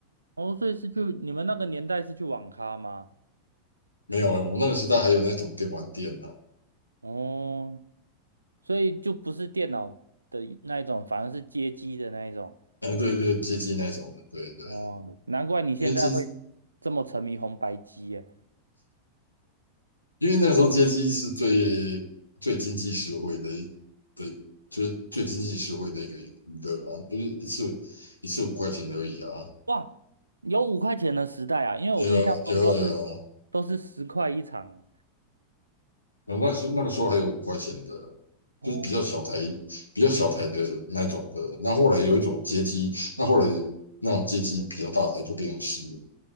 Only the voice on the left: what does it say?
没有了。我们那个时代还有那种电玩店呢、<laughs> 啊，
呃对对，街机那种的，对对，
因为街
因为那个时候街机是最最经济实惠的一，对，就是最经济实惠的一个娱乐啊，就是一次一次五块钱而已啊，
有啊有啊有啊，
然后那时那个时候还有五块钱的，
就是比较小台比较小台的那种的，那后来有一种街机，那后来那种街机比较大台就变成十元，